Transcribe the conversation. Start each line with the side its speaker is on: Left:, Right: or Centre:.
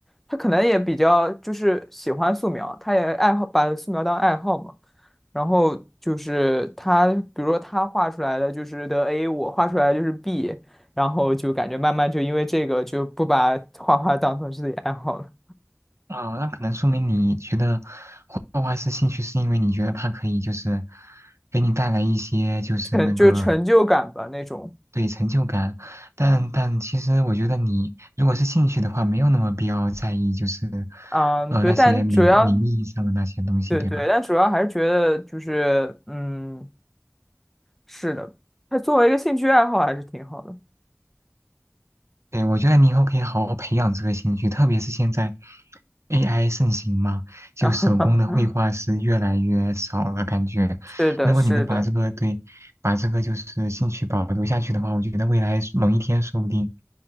Centre: 他可能也比较就是喜欢素描，他也爱好把素描当爱好嘛。然后就是他，比如说他画出来的就是得 A，我画出来的就是 B，然后就感觉慢慢就因为这个就不把画画当成自己爱好了。
Right: 啊，那可能说明你觉得画画是兴趣，是因为你觉得它可以就是给你带来一些就是那个
Centre: 成就是成就感吧那种。
Right: 对成就感，但但其实我觉得你如果是兴趣的话，没有那么必要在意就是，
Centre: 嗯，
Right: 呃那些名名义上的那些东西，
Centre: 对，但主要对对，
Right: 对吧？
Centre: 但主要还是觉得就是嗯，是的，它作为一个兴趣爱好还是挺好的。
Right: 对，我觉得你以后可以好好培养这个兴趣，特别是现在 AI 盛行嘛，就手工的绘画是越来越少了，
Centre: <laughs>
Right: 感觉如果你能把这个对，
Centre: 是的，是的，
Right: 把这个就是兴趣保留下去的话，我觉得未来某一天说不定，